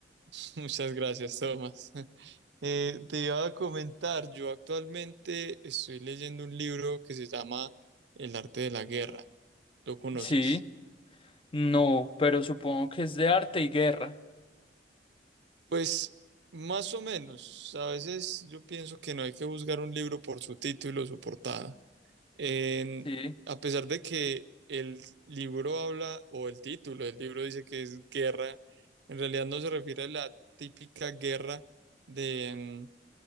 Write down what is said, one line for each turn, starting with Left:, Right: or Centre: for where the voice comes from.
Right: <laughs> Muchas gracias, Tomás. <laughs> Eh, te iba a comentar, yo actualmente estoy leyendo un libro que se llama El arte de la guerra. ¿Lo conoces?
Left: Sí, no, pero supongo que es de arte y guerra.
Right: Pues más o menos. A veces yo pienso que no hay que juzgar un libro por su título o su portada. En-
Left: Sí.
Right: a pesar de que el libro habla, o el título del libro dice que es guerra, en realidad no se refiere a la típica guerra de, mm,